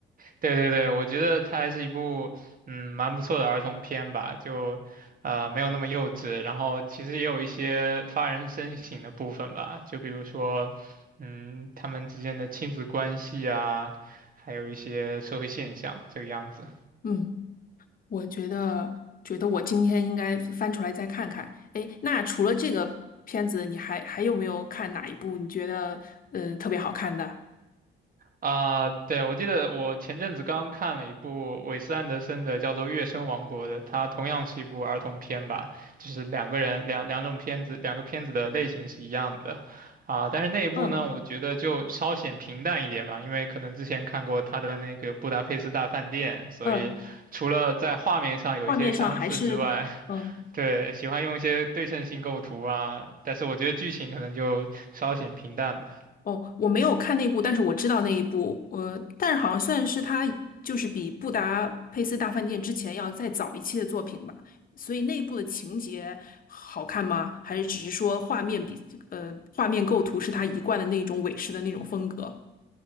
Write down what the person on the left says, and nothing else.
嗯。我觉得，觉得我今天应该翻出来再看看。哎，那除了这个片子，你还还有没有看哪一部你觉得嗯呃特别好看的？
嗯
嗯，画面上还是嗯
哦，我没有看那部，但是我知道那一部，呃，但是好像算是他就是比《布达佩斯大饭店》之前要再早一期的作品吧。所以那一部的情节好看吗？还是只是说画面比呃画面构图是他一贯的那种美式的那种风格？